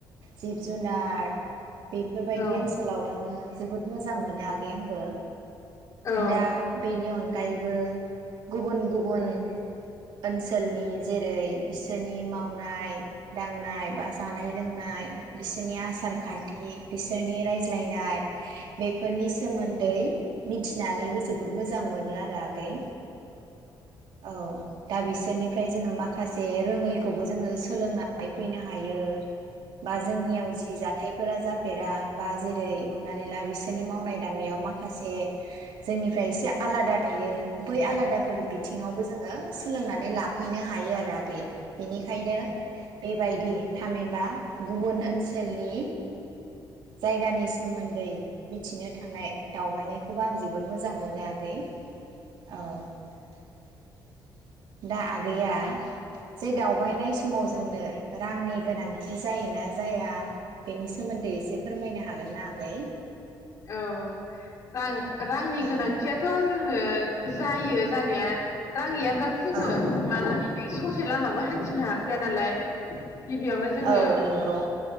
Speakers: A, on the right; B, on the left.
A: जिब जुनार बेफोरबायदि
B: औ
A: ओनसोलाव थांनो जोबोद मोजां मोनो आगै आं बो
B: रां
A: दा बेनि अन गायैबो गुबुन गुबुन ओनसोलनि जेरै बिसोरनि मावनाय दांनाय बा जानाय लोंनाय बिसोरनि आसार खान्थि बिसोरनि रायज्लायनाय बेफोरनि सोमोन्दै मिथिनानैबो जोबोद मोजां मोनो आरो आगै औ दा बिसोरनि फ्राय जोङो माखासे रोङैखौबो जोङो सोलोंना फैनो हायो बा जोंनियाव जि जाथाय फोरा जाफेरा बा जेरै हमनानै ला बिस सोरनि मावनाय दांनायाव माखासे जोंनिफ्राय एसे आलादा नुयो बै आलादाफोर बिथिङावबो जोङो सो सोलोंनानै लाफैनो हायो आरो बिनिखायनो बायदि थामहिनबा गुबुन ओनसोलनि जायगानि सोमोन्दै मिथिनो थांनाय दावबायनायखौबो आं जोबोद मोजां मोनो आगै औ । दा आगैया जे दावबायनाय समाव जोंनो रांनि गोनांथि जायोना जाया बेनि सोमोन्दै एसे फोरमायनो हागोन हागोन ना आगै
B: औ रां। रांनि
A: औ
B: गोनांथियाथ जोंनो जायो जानाया रां गैयाबा थ जोङो
A: औ
B: मानि बे ससे लामाबो हान्थिनो हाखाया नालाय गिबियावनो जोङो
A: औ नंगौ